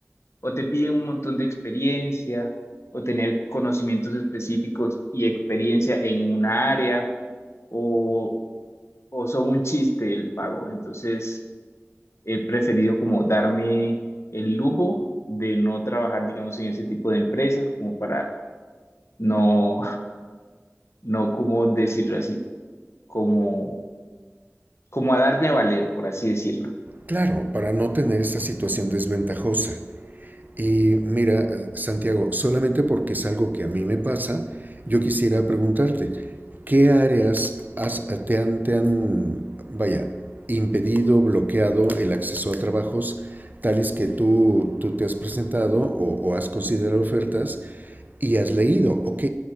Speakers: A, on the left; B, on the right.
A: o te piden un montón de experiencia o tener conocimientos específicos y experiencia en una área o, o son un chiste el pago. Entonces he preferido como darme el lujo de no trabajar, digamos, en ese tipo de empresas como para no, <laughs> no como decirlo así, como, como a darme a valer, por así decirlo.
B: Claro, para no tener esa situación desventajosa. Y mira, Santiago, solamente porque es algo que a mí me pasa, yo quisiera preguntarte, ¿qué áreas has- te han, te han, vaya, impedido, bloqueado el acceso a trabajos tales que tú, tú te has presentado o, o has considerado ofertas y has leído, ok,